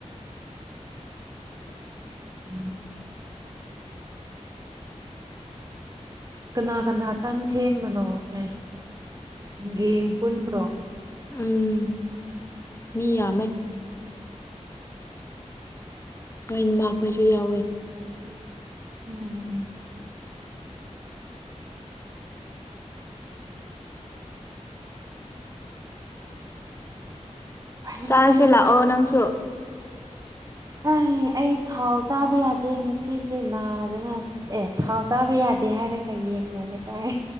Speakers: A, on the right; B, on the left.
A: ꯎꯝ ꯀꯅꯥ ꯀꯅꯥ ꯇꯟ ꯁꯦꯝꯕꯅꯣꯅꯦ ꯒꯡ ꯄꯨꯟꯕ꯭ꯔꯣ
B: ꯎꯝ ꯃꯤ ꯌꯥꯃꯦ ꯍꯃꯈꯣꯏꯁꯨ ꯌꯥꯎꯋꯦ
A: ꯎꯝ <unintelligible> ꯐꯩ
B: ꯆꯥꯔꯁꯦ
A: ꯐꯩ
B: ꯂꯥꯛꯑꯣ ꯅꯪꯁꯨ
A: ꯑꯩ ꯑꯩ ꯊꯥꯎ ꯆꯥꯕ ꯌꯥꯗꯦ ꯉꯁꯤꯁꯦ ꯅꯥꯗꯅ ꯑꯦ ꯊꯥꯎ ꯆꯥꯕ ꯌꯥꯗꯦ ꯍꯥꯏꯔꯦ ꯈꯔ ꯈ ꯌꯦꯟ ꯊꯣꯡꯕꯁꯥꯏ